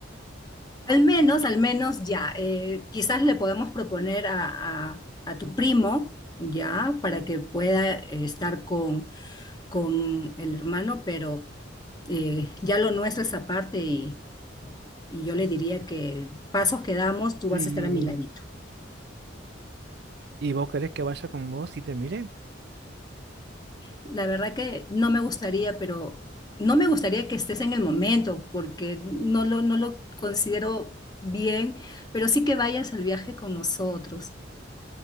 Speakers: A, on the left; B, on the right.
A: Al menos, al menos ya, eh, quizás le podemos proponer a, a- a tu primo, ya, para que pueda eh, estar con, con el hermano, pero eh, ya lo nuestro es aparte y, y yo le diría que pasos que damos, tú vas
B: Y,
A: a estar a mi ladito.
B: y vos querés que vaya con vos y te mire.
A: La verdad que no me gustaría, pero no me gustaría que estés en el momento porque no lo, no lo considero bien, pero sí que vayas al viaje con nosotros.